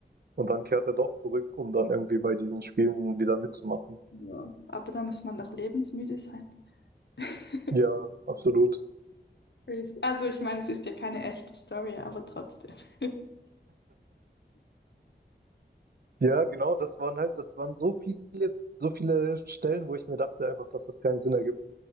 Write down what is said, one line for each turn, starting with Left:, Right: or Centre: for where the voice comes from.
Right: Und dann kehrt er doch zurück, um dann irgendwie bei diesen Spielen wieder mitzumachen.
Left: Ja. Aber da muss man doch lebensmüde sein. <laughs>
Right: Ja, absolut.
Left: Crazy. Also ich meine, es ist ja keine echte Story, aber trotzdem. <laughs>
Right: Ja, genau, das waren halt, das waren so viele, so viele Stellen, wo ich mir dachte einfach, dass das keinen Sinn ergibt,